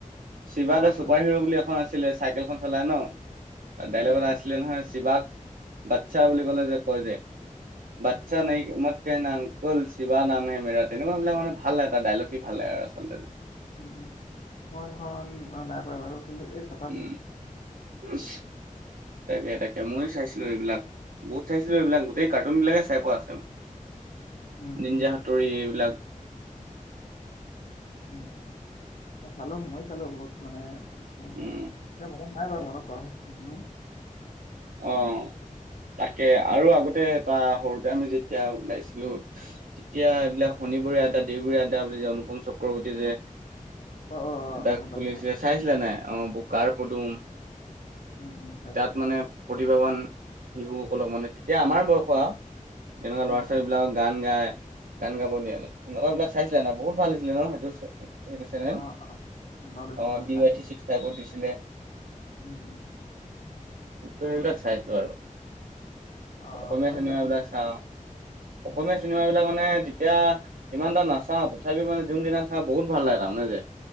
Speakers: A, on the right; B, on the left.
A: চিবা
B: অ',
A: দা
B: দৈ-
A: চু <unintelligible> বুলি এখন আছিলে চাইকেলখন চলাই ন
B: উম,
A: ডাইলক
B: উম,
A: এটা
B: উম,
A: আছিলে নহয় চিৱাক বাচ্ছা বুলি ক'লে যে কয় যে বাচ্ছা
B: উম।
A: নেই মই আংকুল শিবা নাম হে মেৰা তেনেকুৱাবিলাক মানে ভাল লাগে তাৰ ডাইলগ কি ভাল লাগে আৰু আচলতে।
B: উম উম মই সেইখন নাই পোৱা বাৰু কিন্তু এই চ
A: উম <unintelligible> তাকে তাকে মইয়ো চাইছিলো সেইবিলাক বহুত চাইছিলো সেইবিলাক গোটেই কাৰ্টুনবিলাকেই চাই পোৱা আছে মোৰ।
B: উম, উম,
A: নিঞ্জা হাতুৰি এইবিলাক।
B: উম, অ চালো মইয়ো চালো বহুত মানে কিছুমান
A: উম
B: এতিয়া মনত নাই বাৰু মনত পৰা কিছুমান।
A: অ তাকে আৰু আগতে এটা সৰুতে আমি যেতিয়া ওলাইছিলো তেতিয়া এইবিলাক শনিবৰীয়া আড্ডা দেওবৰীয়া আড্ডা বুলি যে অনুপম চক্ৰৱৰ্তীয়ে যে
B: অ', অ',
A: তাক
B: অ, গম
A: খুলিছিলে
B: পাইছোঁ অ'।
A: চাইছিলে নাই? অ ব বুকাৰ পদুম
B: উম, উম, চাইছিলোঁ
A: তাত মানে প্ৰতিভাৱান শিশুসকলক মানে তেতিয়া আমাৰ বয়সৰ আও তেনেকুৱা
B: উম,
A: ল'ৰা-ছোৱালীবিলাকক
B: উম,
A: গান গাই গান গাব দিয়ে তেনেকুৱাবিলাক চাইছিলা নে বহুত ভাল লাগিছিলে ন সেইটো চা সেইটো চেনেল
B: অ', বাৰু লৈছিলোঁ
A: অ ডি
B: চাইছিলোঁ
A: ৱাই থ্ৰী ছিক্স ফাইভত দিছিলে।
B: উম উম।
A: অ সেইবিলাক
B: চাইছিলোঁ
A: চাইছো আৰু
B: অ',
A: অসমীয়া
B: অ, ময়ো
A: চিনেমাবিলাক
B: চাইছিলোঁ
A: চাও
B: উম,
A: অসমীয়া চি চিনেমাবিলাক মানে তেতিয়া ইমান এটা নাচাও তথাপিও মানে যোন দিনা চাওঁ বহুত ভাল লাগে তাৰমানে যে।